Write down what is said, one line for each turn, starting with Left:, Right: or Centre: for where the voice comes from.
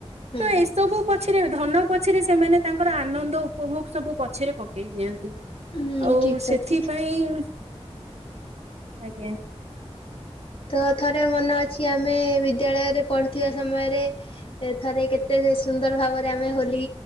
Left: ହୁଁ ହୁଁ
Right: ତ ଏସବୁ ପଛରେ ଧନ ପଛରେ ସେମାନେ ତାଙ୍କର ଆନନ୍ଦ ଉପଭୋଗ ସବୁ ପଛରେ ପକେଇ ଦିଅନ୍ତି।
Left: ହୁଁ
Right: ଆଉ
Left: ଠିକ କଥା
Right: ସେଥିପାଇଁ ଆଜ୍ଞା।
Left: ତ ଥରେ ମନେ ଅଛି ଆମେ ବିଦ୍ୟାଳୟରେ ପଢୁ। ଥିବା ସମୟରେ ଥରେ କେତେ ସୁନ୍ଦର ଭାବରେ ଆମେ ହୋଲି